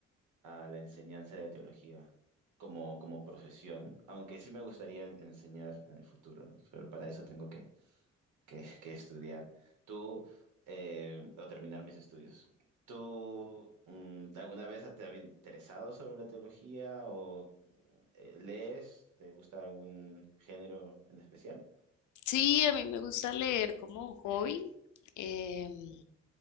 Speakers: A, on the right; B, on the left.
A: a la enseñanza de teología como, como profesión, aunque sí me gustaría enseñar en el futuro, ¿no? Pero para eso tengo que que, que estudiar. Tú, eh, o terminar mis estudios. ¿Tú mm, alguna vez te has interesado sobre la teología o eh, lees? ¿Te gusta algún género en especial?
B: Sí, a mí me gusta leer como hobby. Em,